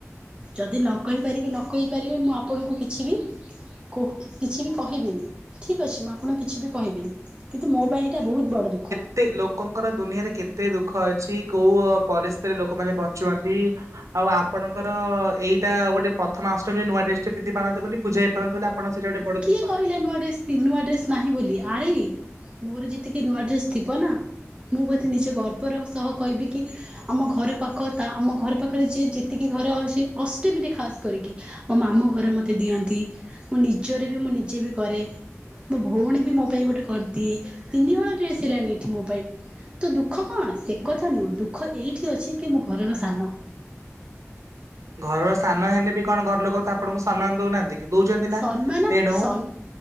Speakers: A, on the right; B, on the right.
A: ଯଦି ନ କହିପାରିବେ ନ କହି ପାରିବେ ମୁଁ ଆପଣଙ୍କୁ କିଛି ବି କହୁ କିଛି ବି କହିବିନି ଠିକ୍ ଅଛି ମୁଁ ଆପଣଙ୍କୁ କିଛି ବି କହିବିନି। କିନ୍ତୁ ମୋ ପାଇଁ ଏଇଟା ବହୁତ ବଡ଼ ଦୁଃଖ।
B: ଏତେ ଲୋକଙ୍କର ଦୁନିଆରେ କେତେ ଦୁଃଖ ଅଛି କୋଉ କଲେ ସ୍ତ ଲୋକମାନେ ବଞ୍ଚୁନ୍ତି। ଆଉ ଆପଣଙ୍କର ଏଇଟା ଗୋଟ ପ୍ରଥମା ଅଷ୍ଟମୀରେ ନୂଆ ଡ୍ରେସଟା ପିନ୍ଧି ପାରନ୍ତେ ବୋଲି ପୂଜା ହେଇପାରନ୍ତେ ବୋଲି ଆପଣ ସେଇଟା ଗୋଟେ ବଡ
A: କିଏ
B: ଦୁଃଖ
A: କହିଲେ ନୂଆ ଡ୍ରେସ ନୂଆ ଡ୍ରେସ ନାହିଁ ବୋଲି। ଆରେ ମୋର ଯେତିକି ନୂଆ ଡ୍ରେସ ଥିବ ନା ମୁଁ ବୋଧେ ନିଜ ଗର୍ବର ସହ କହିବିକି ଆମ ଘର ପାଖ ତା ଆମ ଘର ପାଖରେ ଯିଏ ଯେତିକି ଘର ଅଛି ଅଷ୍ଟମୀରେ ଖାସ୍ କରିକି। ମୋ ମାମୁଁ ଘରେ ମତେ ଦିଅନ୍ତି ମୁଁ ନିଜରେବି ମୁଁ ନିଜେରେବି କରେ। ମୋ ଭଉଣୀ ବି ମୋପାଇଁ ଗୋଟେ କରିଦିଏ ତିନିହଳ ଡ୍ରେସ୍ ହେଲାଣି ଏଠି ମୋପାଇଁ। ତ ଦୁଃଖ କଣ ସେକଥା ନୁହଁ ଦୁଃଖ ଏଇଠି ଅଛିକି ମୁଘରର ସାନ।
B: ଘରର ସାନ ହେଲେବି କଣ ଘର ଲୋକତ ଆପଣଙ୍କୁ ସମ୍ମାନ ଦଉନାହାନ୍ତି। କି ଦଉଛନ୍ତି
A: ସମ୍ମାନ
B: ନା ତେଣୁ
A: ସନ୍